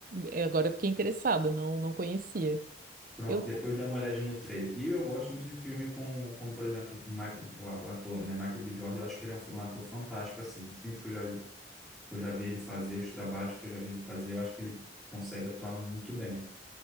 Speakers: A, on the right; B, in the centre.
A: é, Agora eu fiquei interessada, não, não conhecia.
B: Pronto,
A: Eu,
B: depois dá uma olhadinha no trailer. E eu gosto muito de filme com, como por exemplo, o Mi- o o ator, né, Michael B. Jordan, eu acho que ele é um, fi- um ator fantástico, assim, os filmes que eu já, vi- que eu já vi ele fazer, os trabalhos que eu já vi ele fazer, eu acho que ele consegue atuar muito bem.